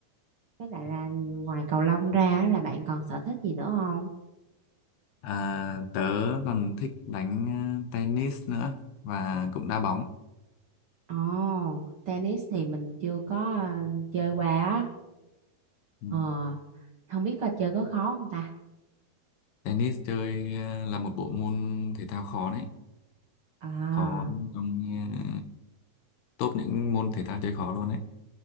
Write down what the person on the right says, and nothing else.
với lại là ngoài cầu lông ra á, là bạn còn sở thích gì nữa không
ồ tennis thì mình chưa có ờ, chơi qua á
ờ không biết coi chơi có khó không ta
à